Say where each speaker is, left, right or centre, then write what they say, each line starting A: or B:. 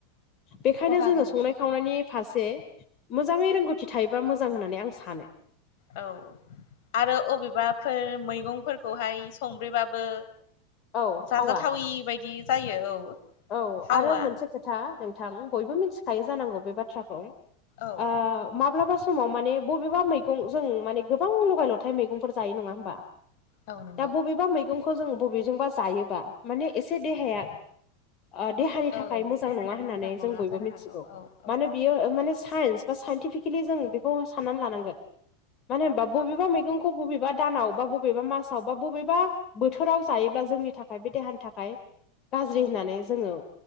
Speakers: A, on the left; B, on the left.
A: बेखायनो
B: खहा
A: जोङो
B: गोनां
A: संनाय
B: जागोन
A: खावनायनि फारसे मोजाङै रोंगौथि थायोबा मोजां होननानै आं सानो
B: औ आरो अबेबाफोर मैगंफोरखौहाय संब्रेबाबो
A: औ
B: जाजाथावि
A: थावा
B: बायदि जायो औ
A: औ
B: थावा
A: आरो मोनसे खोथा नोंथां बयबो मिथिखायो जानांगौ बे बाथ्राखौ
B: औ
A: ओ माब्लाबा समाव माने बबेबा मैगं जों माने गोबां लगाय लथाइ मैगं फोर जायो नङा होमबा
B: औ नंगौ
A: दा बबेबा मै खौ जों बबेजोंबा जायोबा माने एसे देहाया ओ देहानि थाखाय
B: औ
A: मोजां
B: देहानि
A: नङा
B: थाखाय
A: होननानै
B: मोजां नङा
A: जों बयबो
B: जानो
A: मिथिगौ
B: हागौ औ औ
A: मानो बियो ओ माने साइन्स बा साइन्टिफिकेलि जों बेखौ साननानै लानांगोन मानो होमबा बबेबा
B: औ नंगौ
A: मैगंखौ बबेबा दानाव बा बबेबा मासाव बा बबेबा बोथोराव जायोब्ला जोंनि थाखाय बे देहानि थाखाय गाज्रि
B: औ
A: होननानै जोङो